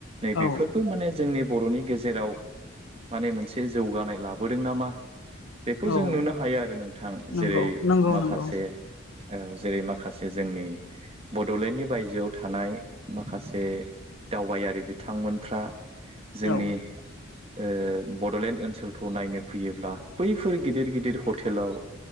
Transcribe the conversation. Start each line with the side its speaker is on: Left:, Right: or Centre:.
Right: नै
Left: औ
Right: बेेफोरबो माने जोंनि बर'नि गेजेराव माने मोनसे जौगानाय लाबोदों नामा बेखौ
Left: औ
Right: जों नुनो हायो आरो नोंथां
Left: नंगौ
Right: जेरै
Left: नंगौ
Right: माखासे
Left: नंगौ
Right: ओ जेरै माखासे जोंनि बड'लेण्डनि बायजोआव थानाय माखासे दावबायारि बिथांमोनफ्रा जोंनि
Left: औ
Right: ओ बड'लेण्ड ओनसोलखौ नायनो फैयोब्ला बैफोर गिदिर गिदिर हटेलाव